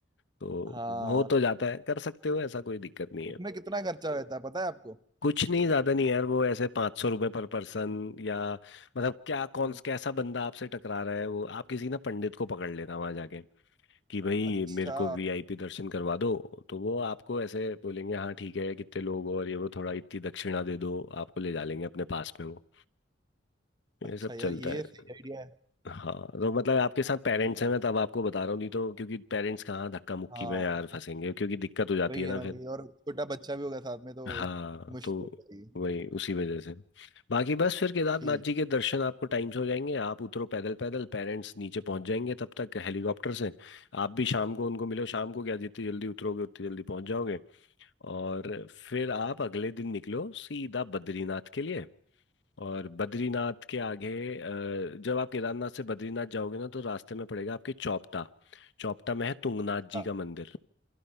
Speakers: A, on the left; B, on the right.
A: तो
B: हाँ
A: हो तो जाता है कर सकते हो ऐसा कोई दिक्कत नहीं
B: इसमें
A: है
B: कितना खर्चा होता है पता है आपको
A: कुछ नहीं ज्यादा नहीं है यार वो ऐसे पाँच सौ रुपये पर पर्सन या मतलब क्या कौन
B: हम्म।
A: कैसा बंदा आपसे टकरा रहा है वो आप किसी ना पंडित को पकड़ लेना वहां जाके कि भाई
B: अच्छा
A: मेरे को वीआईपी दर्शन करवा दो तो वो आपको ऐसे बोलेंगे हाँ ठीक है कितने लोग हो और ये वो थोड़ा इतनी दक्षिणा दे दो आपको ले जा लेंगे अपने पास में वो ये
B: अच्छा
A: सब
B: यार
A: चलता
B: ये
A: है
B: सही आइडिया है
A: हाँ तो मतलब आपके साथ पेरेंट्स
B: ठीक है
A: हैं मैं तब आपको बता रहा हूँ नहीं तो क्योंकि पेरेंट्स कहाँ धक्का मुक्की
B: हाँ
A: में यार फंसेंगे क्योंकि दिक्कत हो जाती
B: वही
A: है
B: है
A: ना
B: ना
A: फिर
B: वही और छोटा बच्चा भी होगा साथ में तो
A: हाँ
B: मुश्किल
A: तो
B: हो जाएगी
A: वही उसी वजह से बाकी बस फिर केदारनाथ
B: ठीक
A: जी के दर्शन आपको टाइम से हो जाएंगे आप उतरो पैदल पैदल पेरेंट्स नीचे पहुंच जाएंगे तब तक हेलीकॉप्टर से आप भी शाम को उनको मिलो शाम को क्या जितनी जल्दी उतरोगे उतनी जल्दी पहुंच जाओगे और फिर आप अगले दिन निकलो सीधा बद्रीनाथ के लिए और बद्रीनाथ के आगे अ, जब आप केदारनाथ से बद्रीनाथ जाओगे ना तो रास्ते में पड़ेगा आपके चौपटा चौपटा में है तुंगनाथ जी
B: हाँ
A: का मंदिर